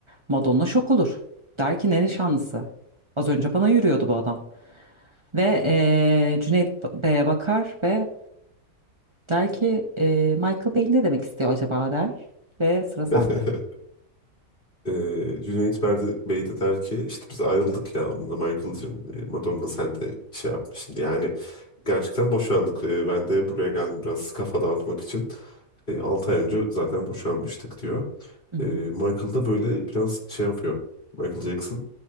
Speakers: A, on the right; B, on the left.
A: Madonna şok olur. Der ki ne nişanlısı? Az önce bana yürüyordu bu adam. Ve eee, Cüneyt Bey'e bakar ve der ki eee Michael Bey ne demek istiyor acaba der. Ve sıra sende.
B: <laughs> Ee, Cüneyt Berdi Bey de der ki işte biz ayrıldık ya onunla Michael'cığım e, Madonna sen de şey yapmışsın yani gerçekten boşandık Ee, ben de buraya geldim biraz kafa dağıtmak için Ee, Altı ay önce zaten boşanmıştık diyor.
A: Hı hı.
B: Ee, Michael da böyle biraz şey yapıyor Michael Jackson